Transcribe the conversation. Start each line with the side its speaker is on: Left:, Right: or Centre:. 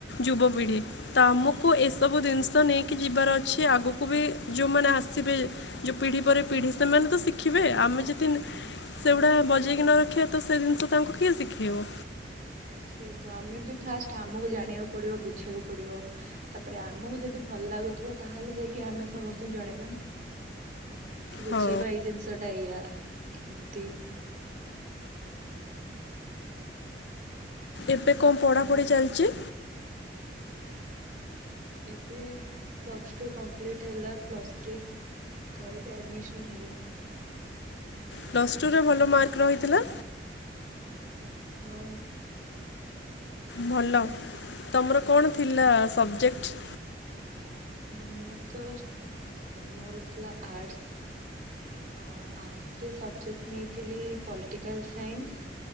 Left: ଯୁବପିଢ଼ି ତ ଆମକୁ ଏସବୁ ଜିନିଷ ନେଇକି ଯିବାର ଅଛି ଆଗକୁ। ତା କୁ ବି ଯେଉଁମାନେ ଆସିବେ ଯେଉଁ ପିଢ଼ି ପରେ ପିଢ଼ି ସେମାନେ ତ ଶିଖିବେ ଆମେ ଯଦି ସେଗୁଡ଼ା ବଜେଇକି ନ ରଖିବା ତ ସେ ଜିନିଷ ତାଙ୍କୁ କିଏ ଶିଖେଇବ।
Right: ସେ ତ ଆମେ ବି ଫାଷ୍ଟ ଆମକୁ ଜାଣିବାକୁ ପଡିବ ବୁଝିବାକୁ ପଡିବ ତାପରେ ଆମକୁ ଯଦି ଭଲ ଲାଗୁ ଥିବ ତାହେଲେ ଯାଇକି ଆମେ ସମସ୍ତଙ୍କୁ ଜଣେଇବା ନା କି ବୁଝେଇ
Left: ହଁ
Right: ବା ଏଇ ଜିନିଷଟା ଏୟା। କେମିତି
Left: ଏବେ କଣ ପଢାପଢି ଚାଲିଛି।
Right: ଏବେ ପ୍ଲସ୍ ଟୁ କମ୍ପ୍ଲିଟ ହେଲା ପ୍ଲସ୍ ଥ୍ରୀ କରିବି ଆଡମିସନ ହେଇନି।
Left: ପ୍ଲସ୍ ଟୁରେ ଭଲ ମାର୍କ ରହିଥିଲା।
Right: ହଁ।
Left: ଭଲ ତମର କଣ ଥିଲା ସବଜେକ୍ଟ?
Right: ମୋର ତ ମୋର ଥିଲା ଆର୍ଟସ ଆଉ ଆର୍ଟସରେ ସବଜେକ୍ଟ ନେଇ ଥିଲି political science